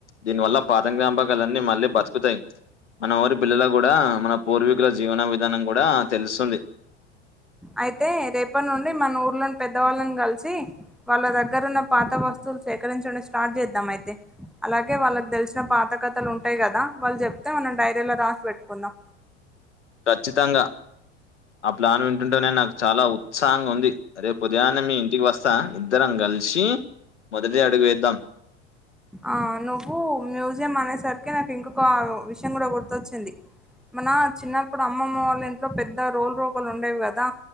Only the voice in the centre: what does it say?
అయితే రేపట్ నుండి మన ఊర్లోని పెద్దవాళ్ళని కలిసి వాళ్ళ దగ్గరున్న పాత వస్తువులు సేకరించడం స్టార్ట్ చేద్దాం అయితే అలాగే వాళ్ళకి తెలిసిన పాత కథలు ఉంటాయి కదా వాళ్ళు చెప్తే మనం డైరీలో రాసి పెట్టుకుందాం
ఆ నువ్వు మ్యూజియం అనేసరికి నాకు ఇంకొక విషయం కూడా గుర్తొచ్చింది మన చిన్నప్పుడు అమ్మమ్మ వాళ్ళ ఇంట్లో పెద్ద రోలు రోకలు ఉండేవి కదా